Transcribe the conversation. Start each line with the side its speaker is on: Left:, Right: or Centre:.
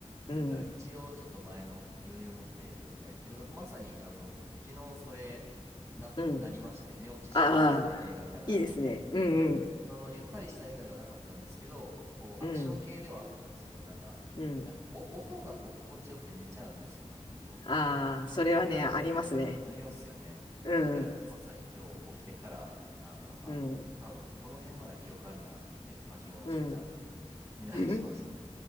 Left: う。うん。
Right: だから一応ちょっと前の余裕持ってみたい。えまさにあの僕昨日それな、
Left: うん。
Right: なりまして寝落ちしちゃいまして映画見ながら。
Left: ああ、いいですね。うんうん。
Right: そのゆったりした映画ではなかったんですけど、こうアクション系ではあったんですけど、
Left: うん。
Right: なんか、
Left: うん。
Right: なんかお、音がこう心地よくて寝ちゃうんですよね、結構。
Left: ああ、それはね、ありますね。
Right: ありますよね。
Left: うん。
Right: だからまさに今日起きてから、あの、あ、
Left: うん。
Right: 多分この辺までは記憶あるなって巻き戻してちゃんと
Left: うん。<laughs>
Right: 見直しましたね。
Left: うん